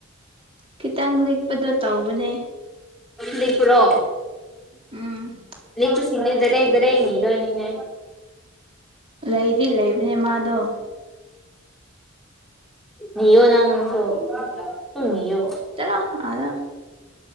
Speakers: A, on the right; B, in the centre.
A: ꯈꯤꯇꯪ ꯂꯤꯛꯄꯗꯣ ꯇꯧꯕꯅꯦ
B: ꯂꯤꯛꯄ꯭ꯔꯣ
A: ꯎꯝ
B: ꯂꯤ ꯆ ꯁꯤꯗꯔꯦ ꯏꯔꯦ ꯌꯦꯅꯤꯗꯣꯅꯤꯅꯦ꯫
A: ꯂꯩꯗꯤ ꯂꯩꯕꯅꯦ ꯃꯥꯗꯣ
B: ꯅꯤꯑꯣ ꯅꯪꯁꯨ ꯗꯨꯝ ꯅꯤꯑꯣ
A: ꯆꯠꯂꯣ ꯑꯗ